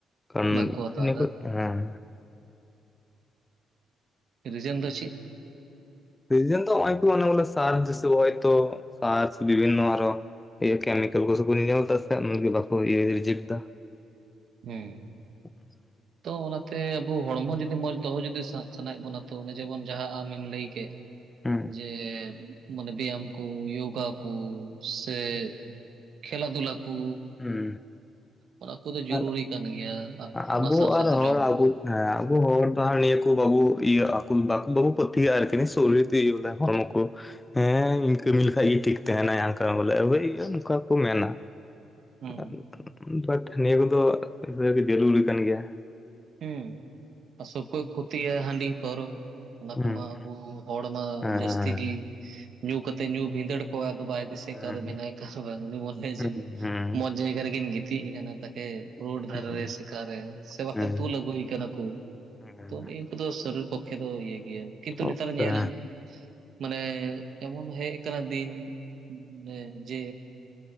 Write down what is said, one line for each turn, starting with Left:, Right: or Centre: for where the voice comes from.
Left: ᱠᱷᱟᱱ
Right: ᱵᱟᱝᱠᱚ ᱦᱟᱛᱟᱣ
Left: ᱤᱱᱟᱹ ᱠᱚ ᱦᱮᱸ᱾
Right: ᱨᱤᱡᱚᱱ ᱫᱚ ᱪᱮᱫ?
Left: ᱨᱤᱡᱮᱱ ᱫᱚ ᱦᱚᱸᱜᱼᱚᱭ ᱠᱩ ᱚᱱᱟ ᱵᱚᱞᱮ ᱥᱟᱨ ᱡᱮᱭᱥᱮ ᱦᱚᱭᱛᱚ ᱵᱤᱵᱷᱤᱱᱱᱚ ᱟᱨᱚ᱾ ᱤᱭᱟᱹ ᱠᱮᱢᱤᱠᱮᱞ ᱠᱚ ᱥᱮ ᱠᱚ ᱧᱮᱞ ᱫᱟ ᱥᱮ ᱵᱟᱠᱚ ᱤᱭᱟᱹ‌ ᱨᱤᱡᱮᱠᱴ ᱫᱟ᱾
Right: ᱦᱩᱸ᱾
Left: <inaudible>
Right: ᱛᱚ ᱚᱱᱟᱛᱮ ᱟᱵᱚ ᱦᱚᱲᱢᱚ ᱡᱩᱫᱤ ᱢᱚᱸᱡᱽ ᱫᱚᱦᱚ ᱡᱩᱫᱤ ᱥᱟᱼᱥᱟᱱᱟᱭᱮᱫ ᱵᱚᱱᱟ ᱛᱚ ᱚᱱᱟ ᱡᱮᱢᱚᱱ ᱡᱟᱦᱟ ᱟᱢᱮᱢ ᱞᱟᱹᱭ ᱠᱮᱫ᱾
Left: ᱦᱩᱸ
Right: ᱡᱮ ᱢᱟᱱᱮ ᱵᱮᱭᱟᱢ ᱠᱩ ᱭᱳᱜᱟ ᱠᱩ ᱥᱮ ᱠᱷᱮᱞᱟ ᱫᱷᱩᱞᱟ ᱠᱩ
Left: ᱦᱩᱸ
Right: ᱚᱱᱟ ᱠᱚᱫᱚ ᱡᱩᱨᱩᱨᱤ
Left: ᱟᱨ
Right: ᱠᱟᱱ ᱜᱮᱭᱟ
Left: ᱟᱵᱚ
Right: ᱚᱱᱟ ᱥᱟᱶ ᱥᱟᱶ
Left: ᱟᱨ
Right: ᱛᱮ
Left: ᱦᱚᱲ
Right: ᱡᱚᱢ ᱨᱮᱦᱚᱸ
Left: ᱟᱵᱚ
Right: ᱾
Left: ᱦᱮᱸ ᱟᱵᱚ ᱦᱚᱲ ᱦᱟᱱᱟ ᱱᱤᱭᱟᱹ ᱠᱚ ᱵᱟᱵᱩ ᱤᱭᱟᱹ ᱟᱠᱩ ᱵᱟᱠᱩ ᱯᱟᱹᱛᱭᱟᱹᱜᱼᱟ ᱟᱨᱠᱤ ᱥᱚᱨᱤᱨ‌ <unintelligible> ᱵᱚᱞᱮ ᱦᱚᱲᱢᱚ ᱠᱚ ᱾ ᱦᱮᱸ ᱤᱧ ᱠᱟᱹᱢᱤ ᱞᱮᱠᱷᱟᱡ ᱜᱮ ᱴᱷᱤᱠ ᱛᱟᱦᱮᱱᱟᱭ ᱚᱱᱠᱟ ᱵᱚᱞᱮ ᱟᱹᱣᱦᱟᱹ ᱜᱤ ᱚᱱᱠᱟ ᱠᱚ ᱢᱮᱱᱟ᱾
Right: ᱦᱩᱸ
Left: ᱟᱨ ᱵᱟᱴ ᱱᱤᱭᱟᱹ ᱠᱚᱫᱚ <unintelligible> ᱡᱟᱹᱲᱩᱨᱤ ᱠᱟᱱ ᱜᱮᱭᱟ᱾
Right: ᱦᱮᱸ ᱟᱨ ᱥᱚᱵᱽ ᱠᱚ ᱠᱷᱚᱛᱤᱜᱼᱟ ᱦᱟᱺᱰᱤ ᱯᱟᱹᱣᱨᱟᱹ ᱚᱱᱟ
Left: ᱦᱩᱸ
Right: ᱠᱚ ᱢᱟ ᱦᱚᱲ ᱢᱟ
Left: ᱦᱮᱸ
Right: ᱡᱟᱹᱥᱛᱤ ᱜᱤ ᱧᱩ ᱠᱟᱛᱮᱜ ᱧᱩ ᱵᱷᱤᱸᱫᱟᱹᱲ ᱠᱚᱜᱼᱟ ᱟᱫᱚ ᱵᱟᱭ ᱫᱤᱥᱟᱹᱭ
Left: ᱦᱮᱸ
Right: ᱚᱠᱟ ᱨᱮ ᱢᱮᱱᱟᱭ ᱚᱠᱟ ᱨᱮ ᱵᱟᱝ ᱩᱱᱤ ᱢᱚᱱᱮᱭᱟ
Left: ᱦᱮᱸ
Right: ᱡᱮ ᱢᱚᱸᱡᱽ ᱡᱟᱭᱜᱟ ᱨᱮᱜᱤᱧ ᱜᱤᱛᱤᱡ ᱠᱟᱱᱟ᱾ ᱥᱮ ᱨᱳᱰ
Left: ᱦᱮᱸ
Right: ᱫᱷᱟᱨᱮ ᱨᱮ ᱥᱮ ᱚᱠᱟ ᱨᱮ ᱥᱮ ᱵᱟ
Left: ᱦᱮᱸ
Right: ᱛᱩᱞ ᱟᱹᱜᱩᱭᱮ ᱠᱟᱱᱟ ᱠᱩ,
Left: ᱦᱮᱸ
Right: ᱛᱚ ᱱᱤᱭᱟᱹ ᱠᱚᱫᱚ ᱥᱚᱨᱤᱨ ᱯᱚᱠᱠᱷᱮ ᱫᱚ ᱤᱭᱟᱹ ᱜᱮᱭᱟ᱾ ᱠᱤᱱᱛᱩ
Left: ᱚᱵᱚᱥᱥᱳᱭ
Right: ᱱᱮᱛᱟᱨ ᱧᱮᱞᱟᱢ ᱢᱟᱱᱮ ᱮᱢᱚᱱ ᱦᱮᱡ ᱟᱠᱟᱱᱟ ᱫᱤᱱ ᱚᱱᱮ ᱡᱮ